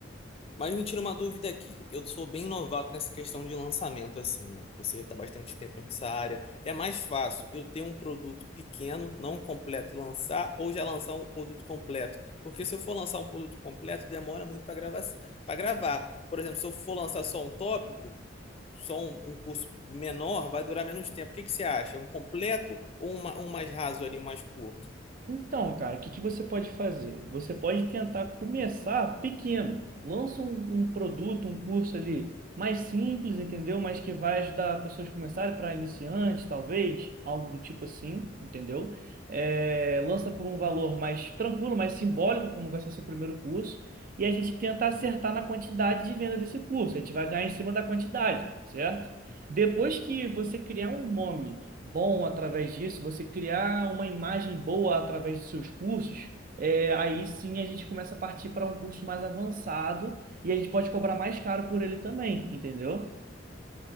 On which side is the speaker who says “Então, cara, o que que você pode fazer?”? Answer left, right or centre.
Right